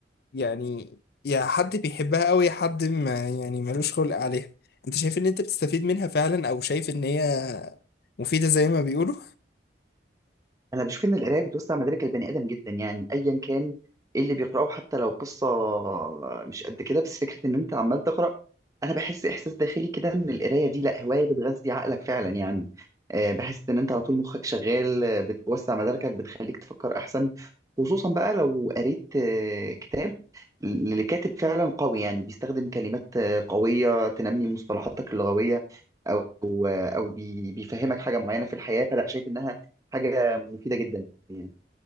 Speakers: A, on the left; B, on the right.
A: يعني يا حد بيحبها قوي يا حد ما يعني ملوش خلق عليها انت شايف ان انت بتستفيد منها فعلا او شايف ان هي مفيده زي ما بيقولوا
B: أنا بشوف إن القراية بتوسع مدارك البني آدم جدا يعني أيا كان إيه اللي بيقرأه حتى لو قصة مش قد كده بس فكرة إن أنت عمال تقرأ انا بحس احساس داخلي كده ان القرايه دي لا هوايه بتغذي عقلك فعلا يعني آه، بحس ان انت على طول مخك شغال آه، بتوسع مداركك بتخليك تفكر احسن خصوصا بقى لو قريت آه، كتاب ل- لكاتب فعلا قوي يعني بيستخدم كلمات آه، قوية تنمي مصطلحاتك اللغوية او آه، او بي- بيفهمك حاجة معينة في الحياة فلا شايف انها حاجة مفيدة جدا يعني